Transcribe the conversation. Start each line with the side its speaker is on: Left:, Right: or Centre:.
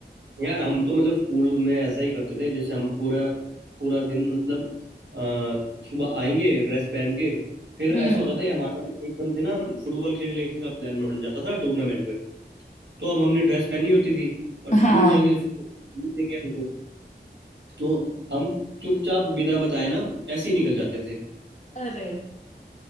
Right: यार हम तो मतलब स्कूल में ऐसा ही करते थे जैसे हम पूरा पूरा दिन मतलब अ, सुबह आएंगे ड्रेस पहन के फिर ऐसा
Left: हम्म
Right: होता था ये हमारा एकदम से ना फुटबॉल खेलने का प्लान बन जाता था टूर्नामेंट में तो अब हमने ड्रेस पहनी होती थी और स्कूल
Left: हाँ
Right: जाएंगे तो स्कूल मिल देंगे हमको तो हम चुपचाप बिना बताए ना ऐसे ही निकल जाते थे
Left: अरे